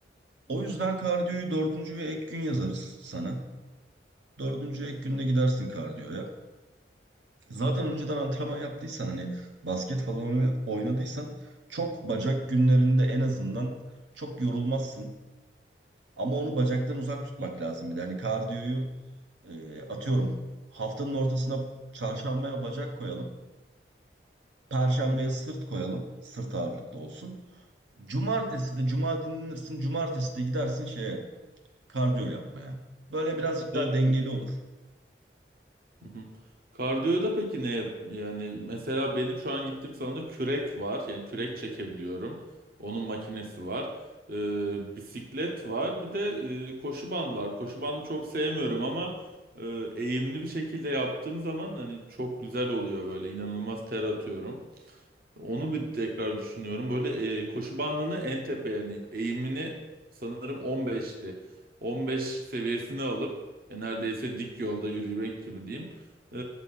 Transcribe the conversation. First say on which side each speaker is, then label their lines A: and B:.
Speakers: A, on the right; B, on the right.
A: O yüzden kardiyoyu dördüncü ve ek gün yazarız sana. Dördüncü ek günde gidersin kardiyoya. Zaten önceden antrenman yaptıysan hani basket falan oynadıysan çok bacak günlerinde en azından çok yorulmazsın. Ama onu bacaktan uzak tutmak
B: Hı.
A: lazım bir de. Hani kardiyoyu Ee, atıyorum haftanın ortasına çarşambaya bacak koyalım. Perşembeye
B: Hı,
A: sırt koyalım. Sırt ağırlıklı olsun. Cumartesi de cuma dinlenirsin. Cumartesi de gidersin şeye kardiyo yapmaya. Böyle birazcık
B: Yemiyor.
A: daha dengeli olur.
B: Hı hı. Kardiyoda peki ne yap- yani mesela benim şu an gittiğim salonda kürek var yani kürek çekebiliyorum onun makinesi var Ee, bisiklet var bir de e, koşu bandı var koşu bandı çok sevmiyorum ama e, eğimli bir şekilde yaptığım zaman hani çok güzel oluyor böyle inanılmaz ter atıyorum. Onu bir tekrar düşünüyorum. Böyle e, koşu bandını en tepe yani eğimini sanırım 15'ti. 15 seviyesini alıp ya neredeyse dik yolda yürümek gibi diyeyim. E,